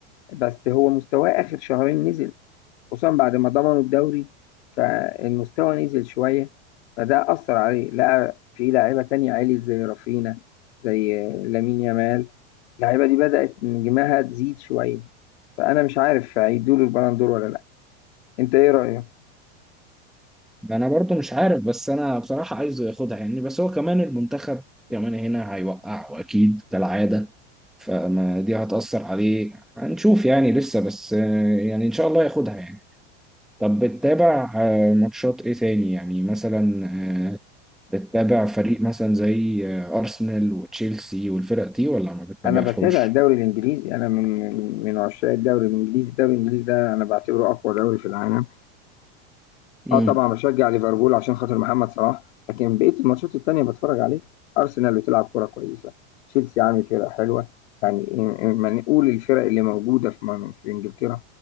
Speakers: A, on the left; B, in the centre.
A: بس هو مستواه آخر شهرين نزل خصوصا بعد ما ضمنوا الدوري فالمستوى نزل شوية فده أثر عليه لقى في لاعيبة تانية عليت زي رافينا زي لامين يامال اللعيبة دي بدأت نجمها تزيد شوية فأنا مش عارف هيدوله البالندور ولا لأ أنت إيه رأيك؟
B: انا برضو مش عارف بس انا بصراحه عايزه ياخدها يعني بس هو كمان المنتخب كمان هنا هيوقع واكيد كالعاده فما دي هتأثر عليه هنشوف يعني لسه بس آه، يعني ان شاء الله ياخدها يعني طب بتتابع آه، ماتشات ايه تاني يعني مثلا آه، بتتابع فريق مثلا زي آه، ارسنال وتشيلسي والفرق دي ولا ما بتتابعهمش؟
A: أنا بتابع الدوري الإنجليزي أنا من من من عشاق الدوري الإنجليزي الدوري الإنجليزي ده أنا بعتبره أقوى دوري في العالم
B: امم
A: اه طبعا بشجع ليفربول عشان خاطر محمد صلاح لكن بقيه الماتشات التانيه بتفرج عليه ارسنال بتلعب كوره كويسه تشيلسي عامل فرقه حلوه يعني إيه- ما نقول الفرق اللي موجوده في من- في انجلترا